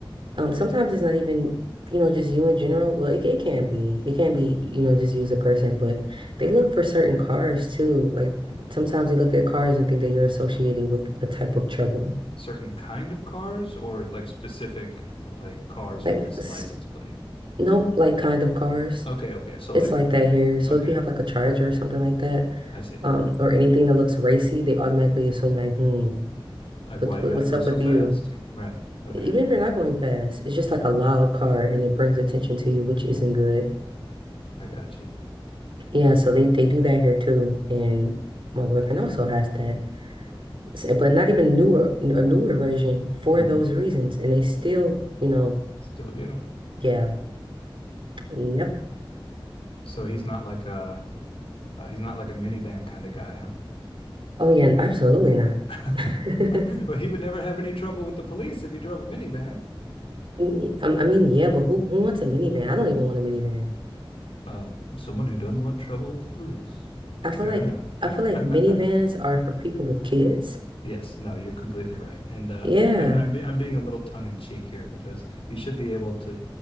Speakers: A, on the right; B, on the left.
A: Um, sometimes it's not even, you know, just you in general. Well, it, it can be. It can be, you know, just use a person, but they look for certain cars too. Like sometimes they look at cars and think that you're associated with a type of trouble.
B: certain kind of cars or like specific like cars
A: Like
B: with this
A: s-
B: license plate?
A: nope, like kind of cars.
B: Okay, okay. So
A: It's
B: like
A: like
B: if
A: that here. So
B: okay,
A: if you have like a Charger or something like that,
B: I see.
A: um, or anything that looks racy, they automatically assume like, hmm,
B: Like
A: what's
B: why you
A: what,
B: got
A: what's
B: to go
A: up
B: so
A: with
B: fast?
A: you?
B: Right. Okay,
A: Even if you're not going fast, it's just like a loud car and it brings attention to you, which isn't good.
B: I got you.
A: Yeah, so they they do that here too, and my boyfriend also has that, So- but not even newer a newer version for
B: hmm
A: those reasons, and they still, you know,
B: Still get him.
A: yeah, yep,
B: So he's not like a uh, he's not like a minivan kind of guy, huh?
A: oh yeah, absolutely not.
B: <laughs>
A: <laughs>
B: But he would never have any trouble with the police if he drove a minivan.
A: Y- I I mean, yeah, but who who wants a minivan? I don't even want a minivan.
B: Uh, someone who doesn't want trouble with the police. But
A: I feel
B: fair
A: like
B: enough.
A: I feel like
B: <laughs>
A: minivans are for people with kids.
B: Yes, no, you're completely right, and uh,
A: Yeah,
B: I, I'm be I'm being a little tongue in cheek here because you should be able to